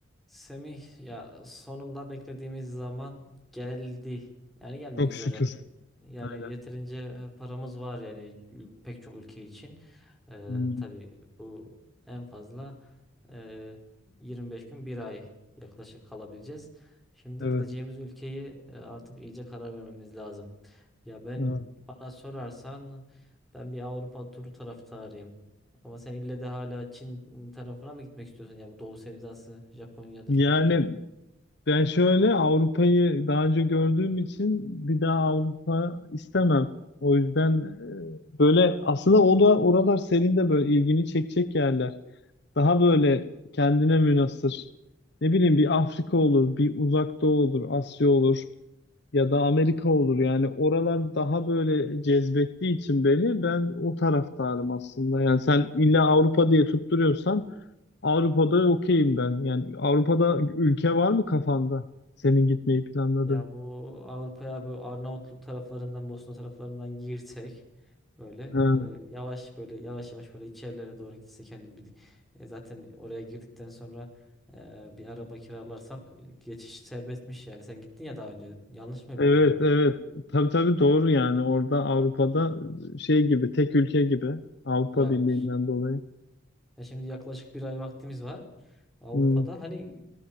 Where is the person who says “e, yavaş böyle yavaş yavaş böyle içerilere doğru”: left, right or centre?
Centre